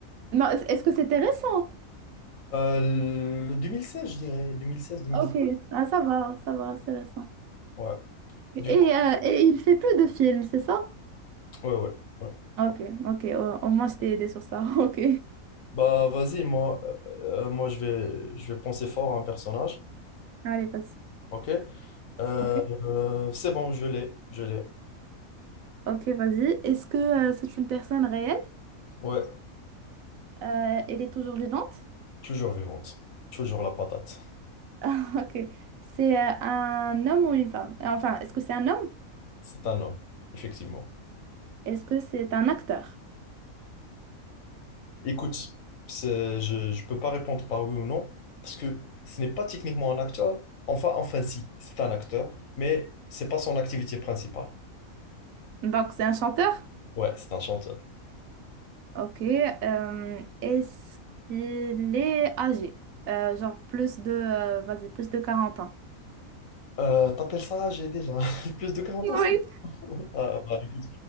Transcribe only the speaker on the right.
Non, est- est-ce que c'était récent?
Ok, ah, ça va, ça va, c'est récent.
Et,
euh, et il fait plus de films, c'est ça?
Ok, ok, au, au moins je t'ai aidé sur ça. <laughs> Ok.
Allez, vas-y.
Ok.
Ok, vas-y. Est-ce que euh, c'est une personne réelle?
Euh, elle est toujours vivante?
<laughs> Ok. C'est euh, un homme ou une femme? Euh, Enfin, est-ce que c'est un homme?
Est-ce que c'est un acteur?
Donc, c'est un chanteur?
Ok. euh, est-ce qu'il est âgé? Euh, genre plus de, euh, vas-y, plus de quarante ans.
Oui.